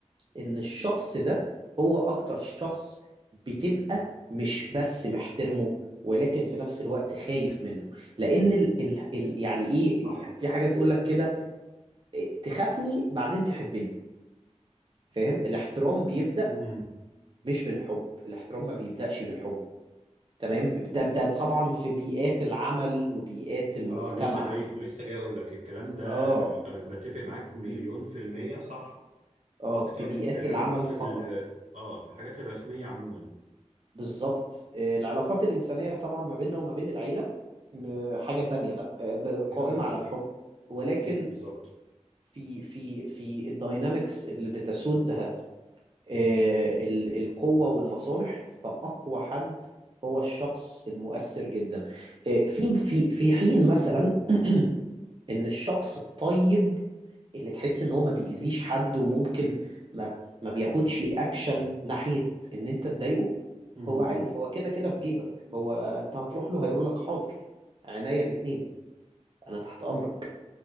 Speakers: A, on the right (about 45°); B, on the right (about 75°).
A: ان الشخص ده هو اكتر شخص بتبقى مش بس محترمه ولكن في نفس الوقت خايف منه لان ال ال ال يعني ايه
B: صح
A: في حاجة تقول لك كده إيه، تخافني بعدين تحبني فاهم الاحترام بيبدأ
B: امم
A: مش بالحب الاحترام ما بيبدأش بالحب تمام ده ده طبعا في بيئات العمل وبيئات المجتمع
B: اه لسه جاي لسه جاي اقول لك الكلام ده
A: اه
B: آه، بتفق معاك مليون
A: بي-
B: في المية صح
A: اه
B: اكتر
A: في بيئات
B: في العلاقات
A: العمل فقط
B: ال... اه في الحاجات الرسمية عموما
A: بالظبط آه، العلاقات الإنسانية طبعا ما بيننا وما بين العيلة م- حاجة تانية لا آه، ب-
B: اكيد
A: قائمة على الحب ولكن
B: اكيد بالظبط
A: في في في الداينامكس اللي بتسودها آه، ال- القوة والمصالح فأقوى حد هو الشخص المؤثر جدا آه، في في في حين مثلا <clears throat> إن الشخص الطيب اللي تحس ان هو ما بيأذيش حد وممكن ما ما بياخدش اكشن ناحية ان انت تضايقه
B: امم
A: هو عادي هو كده كده في جيبك هو انت هتروح له هيقول لك حاضر عينيا الاتنين انا تحت امرك